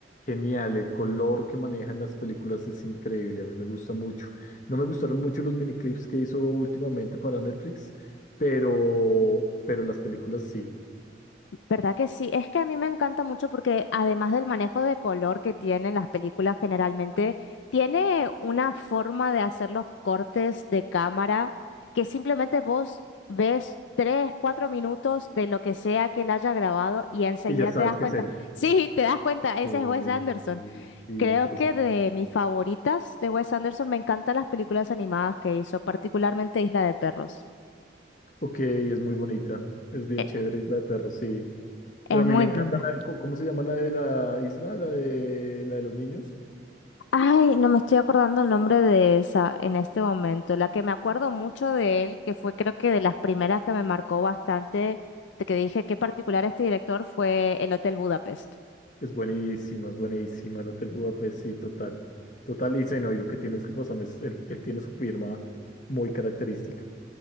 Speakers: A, on the left; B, on the left.
A: genial. El color que manejan las películas es increíble. A mí me gusta mucho. No me gustaron mucho los miniclips que hizo últimamente para Netflix, pero, pero las películas sí.
B: ¿Verdad que sí? Es que a mí me encanta mucho porque además del manejo de color que tienen las películas generalmente, tiene una forma de hacer los cortes de cámara que simplemente vos ves tres, cuatro minutos de lo que sea que él haya grabado y enseguida
A: Y ya sabes
B: te das
A: que
B: cuenta.
A: es él.
B: <laughs> Sí, te das cuenta, ese
A: Sí,
B: es Wes Anderson.
A: sí, sí,
B: Creo
A: impresionante.
B: que de mis favoritas de Wes Anderson me encantan las películas animadas que hizo, particularmente Isla de Perros.
A: Ok, es muy bonita. Es bien
B: E-
A: chévere Isla de Perros, sí.
B: Es
A: Pero a
B: muy
A: mí me encanta
B: linda.
A: la de- ¿cómo se llama la de la isla? La de la de los niños.
B: Ay, no me estoy acordando el nombre de esa en este momento. La que me acuerdo mucho de él, que fue creo que de las primeras que me marcó bastante, de que dije qué particular este director, fue El Hotel Budapest.
A: Es buenísima, es buenísima. El Hotel Budapest, sí, total. Total, y sí, no, y lo que tienes razón es, él, él tiene su firma muy característica.